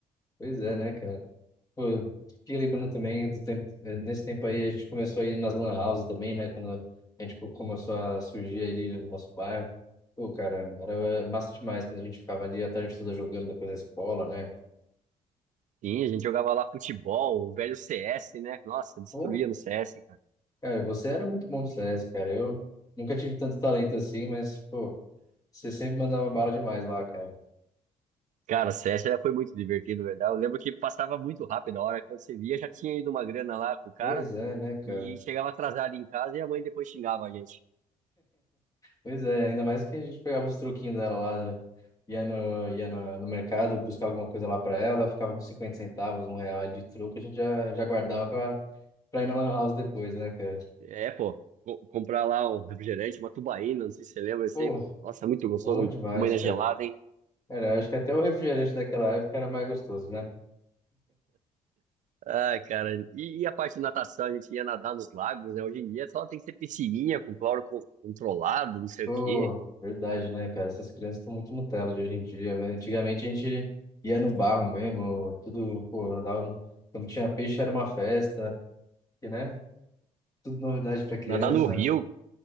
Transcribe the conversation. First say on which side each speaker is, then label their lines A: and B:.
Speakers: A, on the left (about 25°); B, on the right (about 65°).
A: Pois é, né, cara? Pô, eu fiquei lembrando também do tempo, eh, nesse tempo aí a gente começou a ir nas lan houses também, né? Quando a gente co- começou a surgir ali no nosso bairro. Pô, cara, era massa demais quando a gente ficava ali a tarde toda jogando depois da escola, né?
B: Sim, a gente jogava lá futebol, o velho CS, né? Nossa, destruía
A: Pô,
B: no CS, cara.
A: cara, você era muito bom no CS, cara. Eu nunca tive tanto talento assim, mas, pô, você sempre mandava bala demais lá, cara.
B: Cara, CS já foi muito divertido, verdade. Eu lembro que passava muito rápido a hora. Quando você via, já tinha ido uma grana lá com o cara
A: Pois é, né, cara?
B: e chegava atrasado em casa e a mãe depois xingava a gente.
A: Pois é, ainda mais que a gente pegava os troquinhos dela lá, né? ia no, ia na- no mercado buscar alguma coisa lá pra ela, ficava uns 50 centavos, um real de troco, a gente já, já guardava pra, pra ir na Lan House depois, né, cara?
B: É, pô, co- comprar lá um refrigerante, uma tubaína, não sei se você lembra, isso
A: Pô,
B: aí. Nossa, muito gostoso,
A: bom
B: uma
A: demais,
B: tubaína
A: cara.
B: gelada, hein?
A: Cara, eu acho que até o refrigerante daquela época era mais gostoso, né?
B: Ah, cara, e, e a parte de natação, a gente ia nadar nos lagos, né? Hoje em dia só tem que ser piscininha com cloro co- controlado, não sei
A: Pô,
B: o quê.
A: verdade, né, cara? Essas crianças estão muito Nutella de hoje em dia, né? Antigamente a gente ia no barro mesmo, tudo, pô, andava no... quando tinha peixe era uma festa, e, né? Tudo novidade pra criança.
B: Nadar no rio,